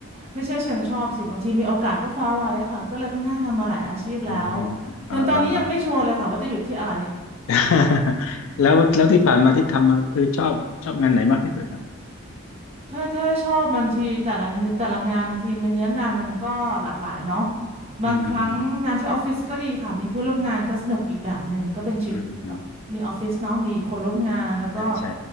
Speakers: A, on the right (about 30°); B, on the left (about 75°).
A: ไม่ใช่เชิงชอบสิบางทีมีโอกาสก็คว้าไว้อะค่ะก็เลยค่อนข้างทำมาหลายอาชีพแล้ว
B: อ๋ออ่าอ่าอ่า
A: จนตอนนี้ยังไม่ชัวร์เลยค่ะว่าจะหยุดที่อะไร
B: <laughs> แล้วแล้วที่ผ่านมาที่ทำมาคือชอบชอบงานไหนมากที่สุดครับ
A: ถ้าถ้าชอบบางทีแต่ละแต่ละงานบางทีมันเนื้องานมันก็หลากหลายเนาะ
B: อืมอืมอืม
A: บางครั้งงานที่ออฟฟิศก็ดีค่ะมีเพื่อนร่วมงานก็สนุกอีกแบบหนึ่งก็เป็นชีวิตแบบมีออฟฟิศเนาะมีคนร่วมงานแล้วก็
B: อืมอืมใช่ใช่